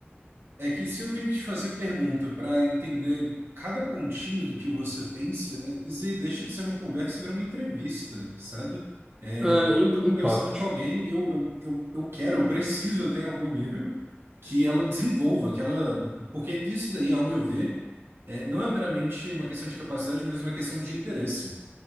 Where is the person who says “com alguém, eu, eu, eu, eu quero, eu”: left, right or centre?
Right